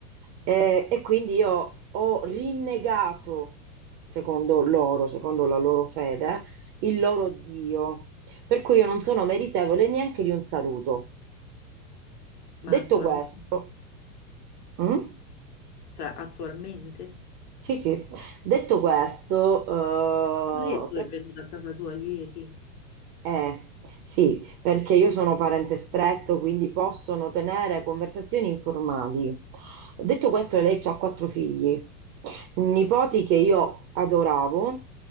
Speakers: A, on the right; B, on the left.
A: Eh, e quindi io ho rinnegato, secondo loro, secondo la loro fede, il loro Dio. Per cui io non sono meritevole neanche di un saluto. Detto
B: ma attualmente...
A: questo, mm?
B: Cioè, attualmente?
A: Sì, sì. Detto questo, eh,
B: Ma lei tu
A: pra-
B: è venuta a casa tua ieri?
A: eh, sì, perché io sono parente stretto, quindi possono tenere conversazioni informali. Detto questo, lei ha quattro figli, nipoti che io adoravo,